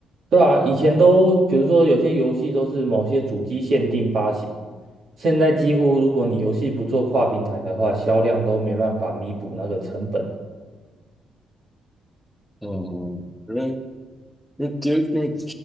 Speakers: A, on the right; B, in the centre.
A: 对啊，以前都比如说有些游戏都是某些主机限定发行，现在几乎如果你游戏不做跨平台的话，销量都没办法弥补那个成本。
B: 嗯，因为因为跌，因为